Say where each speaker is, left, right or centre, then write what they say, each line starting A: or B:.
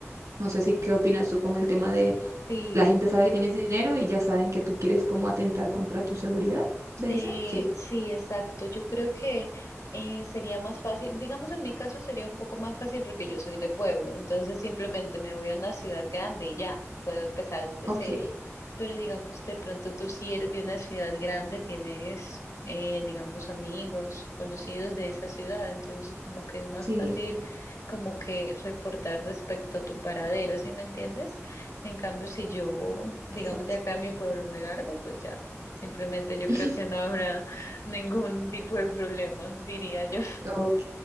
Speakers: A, on the right; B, on the left.
A: No sé si qué opinas tú como el tema de
B: Sí.
A: la gente sabe que tienes dinero y ya saben que tú quieres como atentar contra tu seguridad, ¿se
B: De,
A: dice? Sí.
B: sí, exacto. Yo creo que eh, sería más fácil, digamos en mi caso sería un poco más fácil porque yo soy de pueblo, entonces simplemente me voy a una ciudad grande y ya puedo empezar desde
A: Ok,
B: cero. Pero digamos, de pronto tú si eres de una ciudad grande, tienes, eh, digamos, amigos, conocidos de esa ciudad, entonces como que es más
A: sí,
B: fácil como que reportar respecto a tu paradero, ¿sí me entiendes? En cambio, si yo, digamos,
A: exacto.
B: de acá a mi pueblo me largo, pues ya. Simplemente yo
A: <laughs>
B: creo que no habrá <laughs> ningún tipo de problemas, diría yo.
A: Ok,